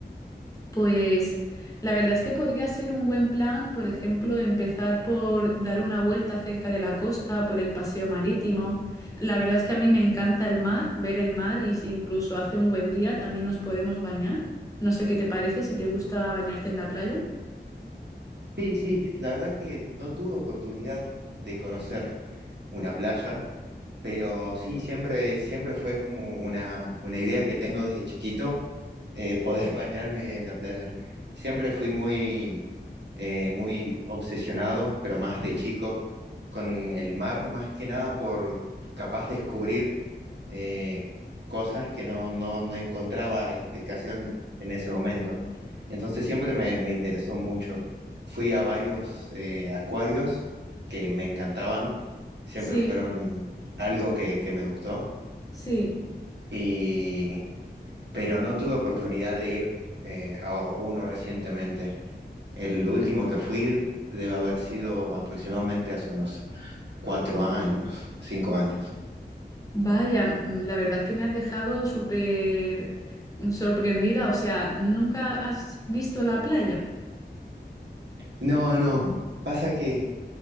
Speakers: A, on the left (about 20°); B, on the right (about 75°).
A: Pues la verdad es que podría ser un buen plan, por ejemplo, empezar por dar una vuelta cerca de la costa, por el paseo marítimo. La verdad es que a mí me encanta el mar, ver el mar y si incluso hace un buen día también nos podemos bañar. No sé qué te parece, si te gusta bañarte en la playa.
B: Sí, sí, la verdad que no tuve oportunidad de conocer una playa Pero sí, siempre, siempre fue como una, una idea que tengo desde chiquito eh, poder <laughs> bañarme en la playa. Siempre fui muy, eh, muy obsesionado, pero más de chico, con el mar, más que nada por capaz de descubrir eh, cosas que no, no, no, encontraba explicación en ese momento. Entonces siempre me, me interesó mucho. Fui a varios eh, acuarios que me encantaban, siempre
A: Sí,
B: fueron algo que, que me gustó.
A: sí.
B: Y pero no tuve oportunidad de ir eh, a uno recientemente. El último que fui debe haber sido aproximadamente hace unos cuatro años, cinco años.
A: Vaya, mm, la verdad es que me has dejado súper sorprendida. O sea, ¿nunca has visto la playa?
B: No, no, pasa que